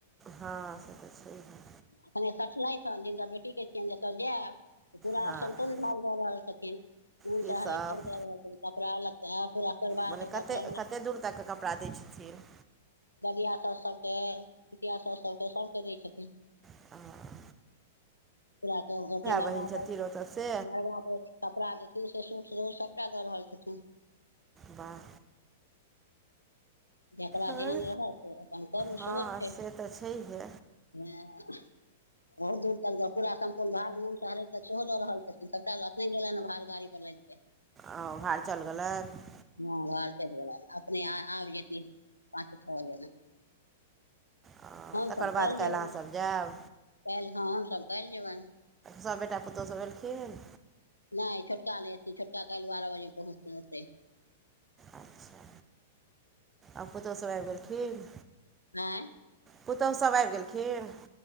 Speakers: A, on the right; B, on the left.
A: हँ से त छैहे।
B: अपखने सठलथि ह दिनकर बेटी कह छियनि जतऽ जायब। पूरा
A: हँ
B: संपूर्ण भार द रहल छथिन नून
A: कीसभ
B: स हरैद तक द रहल छथिन कपड़ा लत्ता। पूरा परिवारके
A: मने कतेक
B: कपड़ा
A: कतेक दूर तक कपड़ा दैत छथिन।
B: दादीआ शास सबके जितिया श सबके सभके दै छथिन।
A: तऽ
B: फर कऽ अथी मरब
A: बहिन छथिन
B: तऽ
A: ओतऽ से
B: मरबा तऽ कपड़ा जेथिन से सूटू सभटा दऽ रहल छथिन।
A: वाह
B: जेकरा
A: आओर
B: जेहन रहत अपन करू
A: हँ
B: सेहो छैय
A: से तऽ छैहे
B: हँ। बहुत दूर तक पूरा संपूर्ण भारहर सेहो द रहल छथिन तबने गेले ह ने भड़ गाड़ी पर ल <unintelligible>
A: आ भार चलि गेलनि?
B: हँ भार चैल गेलय अपने आब पाँच छ बजेमे।
A: आ
B: हमसभ
A: तकर बाद
B: कालहि
A: काल्हि
B: जेबनि
A: अहाँसभ जायब
B: काल्हि हँ हमसभ कायलहि जेबनि।
A: सभ बेटा पुतहुसभ एलखिन?
B: नहि छोटका नहि छोटका काएल छोटका बारह बजे पहुँचतै।
A: अचछा आब पुतहु सभ आबि गेलखिन?
B: आँय?
A: पुतहु सब आबि गेलखिन?